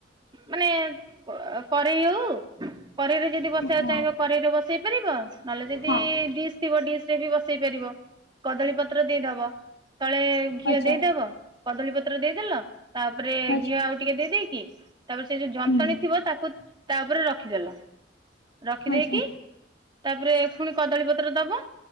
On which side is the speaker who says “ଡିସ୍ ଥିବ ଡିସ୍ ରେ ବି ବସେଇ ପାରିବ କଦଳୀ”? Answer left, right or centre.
Right